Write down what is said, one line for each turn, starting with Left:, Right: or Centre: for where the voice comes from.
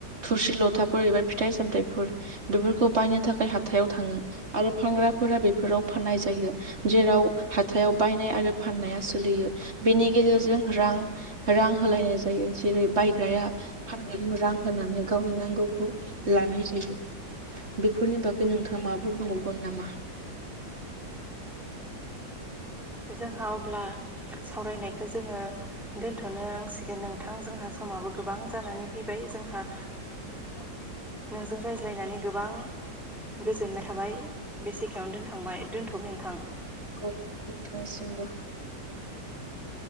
Right: थुरसि लथाफोर एबा फिथाइ सामथायफोर बेफोरखौ बायनो थाखाय हाथायाव थाङो आरो फानग्राफोरा बेफोराव फाननाय जायो जेराव हाथायाव बायनाय आरो फाननाया सोलियो बेनि गेजेरजों रां रां होलायनाय जायो जेरै बायग्राया <unintelligible> रां होनानै गावनि नांगौ लानाय जायो बेफोरनि बागै नोंथाङा माबाफोर बुंबावगोन नामा
Centre: जोंहा अब्ला सावरायनायखो जोङो दोनथ'नांसिगोन नोंथां जोंहा समाबो गोबां जानानै फैबाय जोंहा
Right: <inaudible>
Centre: नोंजों रायज्लायनानै गोबां गोजोननाय थाबाय बेसेखायावनो दोनथांबाय दोनथ' नोंथां
Right: औ नोंथां निसिमबो
Centre: <inaudible>